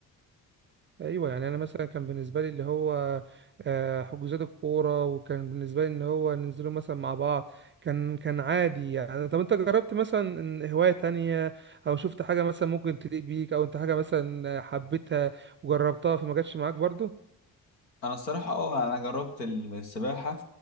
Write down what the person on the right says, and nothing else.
ايوه يعني انا مثلا كان بالنسبه لي اللي هو آه، حجوزات الكوره وكان بالنسبه لي ان هو ننزلوا مثلا مع بعض كان كان عادي يعني طب انت جربت مثلا إن هوايه تانية او شفت حاجه مثلا ممكن تليق بيك او انت حاجه مثلا حبيتها وجربتها فما جاتش معاك برضو